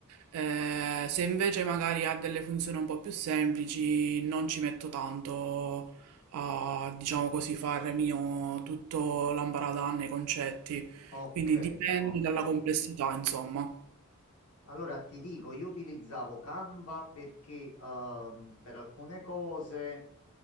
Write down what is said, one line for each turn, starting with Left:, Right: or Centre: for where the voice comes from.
Right: Eh, se invece magari ha delle funzioni un po' più semplici, non ci metto tanto a, diciamo così, fare mio tutto l'ambaradan nei concetti.
Left: Ok,
Right: Quindi dipende
Left: ok.
Right: dalla complessità, insomma.
Left: Allora ti dico, io utilizzavo Canva perché ehm, per alcune cose